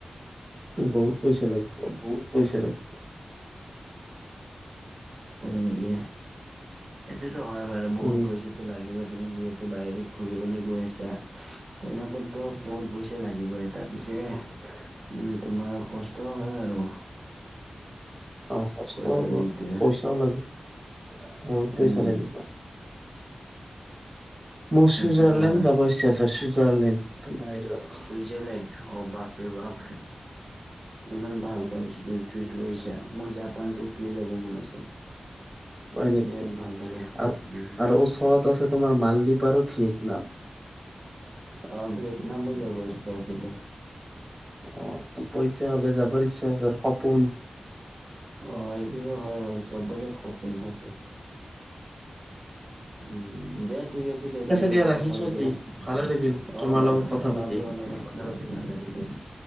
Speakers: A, on the right; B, on the right.
A: বহুত পইচা লাগিব, বহুত পইচা লাগিব।
B: হয় নেকি? এইটোতো হয় বাৰু বহুত
A: উম
B: পইচা লাগিবই, তুমি যিহেতু বাহিৰত ঘুৰিবলৈ গৈ আছা। তেনেকে ত' বহুত পইচা লাগিবই, তাৰপিছে উম তোমাৰ কষ্টও হয় আৰু।
A: অহ, কষ্ট
B: কলা
A: হ'ব,
B: দিওঁতে
A: পইচাও লাগিব, বহুত পইচা
B: উম
A: লাগিব। মই
B: সেইটোতো
A: চুইজাৰলেণ্ড
B: হয়
A: যাব ইচছি আছে, চুইজাৰলেণ্ড বাহিৰত।
B: চুইজাৰলেণ্ড অহ বাপৰে-বাপ। ইমান ভাল কণ্টি তুমি চোজ কৰিছা মোক জাপান টকিঅ যাব মন আছে।
A: হয় নেকি?
B: বিৰাট ভাল লাগে উম,
A: আৰু-আৰু ওচৰত আছে তোমাৰ মালদ্বীপ আৰু ভিয়েটনাম।
B: অহ, ভিয়েটনামো যাব ইচ্ছা আছিলে।
A: অ পইচা হ'লে যাবৰ ইচ্ছা আছে আৰু সপোন।
B: অহ, এইটোতো হয় বাৰু, চবৰে সপোন থাকে। উম দে ঠিক আছে। তেতিয়া তোমাৰ
A: দিয়া
B: লগত
A: ৰাখিছো
B: কথা পাতি
A: আজি
B: ভাল,
A: ভালে লাগিল তোমাৰ
B: অহ', অহ',
A: লগত কথা পাতি
B: অহ' তোমাৰ লগত কথা পাতি ভাল লাগিল। দিয়া।